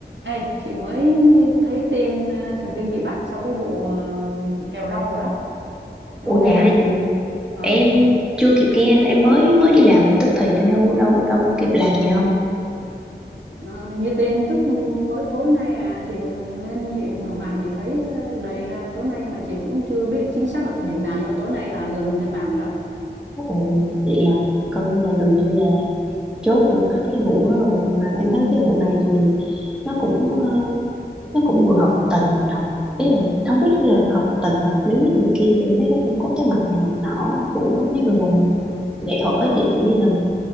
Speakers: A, on the right; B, in the centre.
A: Ê, chị mới thấy tin à, Thủy Tiên bị bắt sau cái vụ à, kẹo rau rồi đó. Em
B: Ủa
A: có nghe
B: dạ hả?
A: không? Ờ,
B: em chưa kịp nghe em mới mới đi làm phải tức thì nên đâu đâu đâu kịp làm gì đâu.
A: ờ, hình như tin tức mới tối nay à, chị lên chị mở mạng chị thấy à, đầy ra tối nay mà chị cũng chưa biết chính xác là thời điểm nào nhưng mà tối nay là gần gần trên mạng rồi đó.
B: Ồ, vậy là coi như là gần như là chốt được hết cái vụ đó rồi mà em thấy cái
A: Ừ.
B: vụ này thì nó cũng ờ, nó cũng vừa hợp tình hợp ý là không biết là hợp tình hợp lý này kia thì em thấy nó cũng có cái mặt này mặt nọ á, của mấy người làm
A: Ừ.
B: nghệ thuật á chị kiểu như là